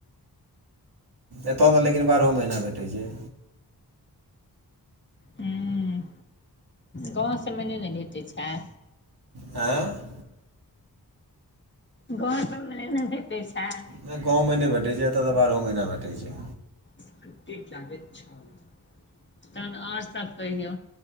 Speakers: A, on the right; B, on the left.
A: एत तऽ लेकिन बारहो महीना भेटै छैइ।
B: हूं गाँव सबमे न इ ने भेटै छैइ।
A: ऐ- -
B: गांव सब में नै-ने भेटै छैन?
A: नै गाँव मे नै भेटै छै, एतऽ तऽ बारहो महीना भेटै छै।
B: स्क्रिप्टेड लागैत छल। तहन और सब कहियौ,